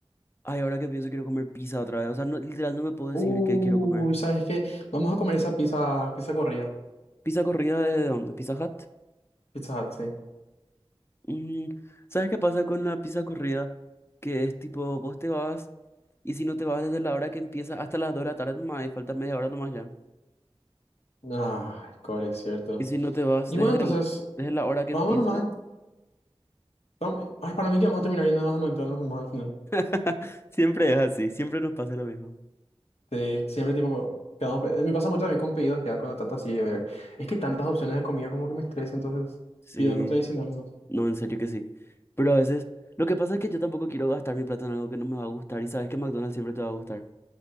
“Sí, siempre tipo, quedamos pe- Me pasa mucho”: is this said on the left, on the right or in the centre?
Left